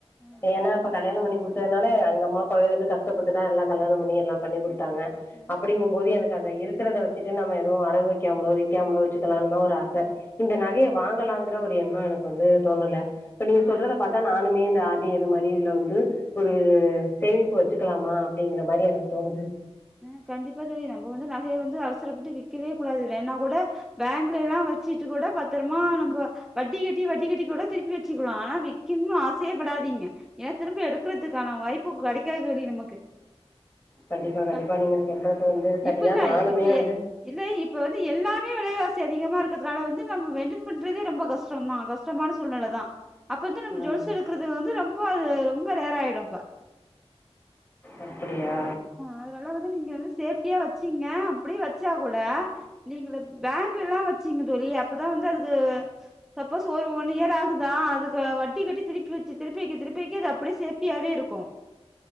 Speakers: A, in the centre; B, on the left.
A: ஆ
B: ஏன்னாப்ப கல்யாணம் பண்ணி குடுத் தனால எங்க அம்மா அப்பாவே வந்து கஷ்டப்பட்டுதா எல்லா கல்யாணம் பண்ணி எல்லா பண்ணி குடுத்தாங்க
A: ம்
B: அப்படிங்க போது எனக்கு அத இருக்கறத வச்சுட்டு நம்ம எதுவும் அடகு வக்காமலோ விக்காமலோ வச்சுக்கலான் தா ஒரு ஆச இந்த
A: அப்ப
B: <unintelligible> வாங்கலாங்கிற ஒரு எண்ணம் எனக்கு வந்து தோணல இப்ப நீங்க
A: ஆ
B: சொல்றத பார்த்தா நான் னுமே இந்த ஆர் டி இது மாரி இதுல வந்து ஒரு சேமிப்பு வச்சுக்கலாமா அப்படிங்கிற மாரி எனக்கு தோணுது
A: ஆ கண்டிப்பா தோழி நம்ம வந்து நகைய வந்து அவசரப்பட்டு விக்கவே கூடாது வேணா கூட பேங்க்லல்லா வச்சிட்டு கூட பத்திரமா நம்ப வட்டி கட்டி வட்டி கட்டி கூட திருப்பி வச்சுக்கலா ஆனா விக்கணும்னு ஆசையேப்படாதீங்க ஏக்கனுமே எடுக்கறதுக்கான வாய்ப்பு கெடைக்காது தோழி நமக்கு
B: கண்டிப்பா கண்டிப்பா
A: அ
B: நீங்க சொல்றது வந்து சரிதா
A: இப்ப இல்ல
B: நானுமே
A: இப்ப
B: வந்து
A: எ இல்ல இப்ப வந்து எல்லாமே விலைவாச அதிகமா இருக்கிறதுனால வந்து நம்ம மெயின்ட்டன் பண்றதே ரொம்ப கஷ்டம்தா கஷ் கஷ்டமான சூழ்நிலை தா அப்ப வந்து நம்ம
B: ம்
A: ஜொல்சு எடுக்கறது வந்து ரொம்ப அது ரொம்ப ரேர் ஆயிடு அப்ப
B: அப்டியா
A: அதுனால வந்து நீங்க வந்து சேஃப்டியா வச்சுங்க அப்டியே வச்சா கூட நீங்க ல பேங்குள்லா வச்சீங்க தோழி அப்பதா வந்து அதுக்கு சப்போஸ் ஒரு ஒன் இயர் ஆகுதா அதுக்கு வட்டி கட்டி திருப்பி வச்சு திருப்பி வைக்க திருப்பி வைக்க அது அப்டியே சேஃப்டியாவே இருக்கும்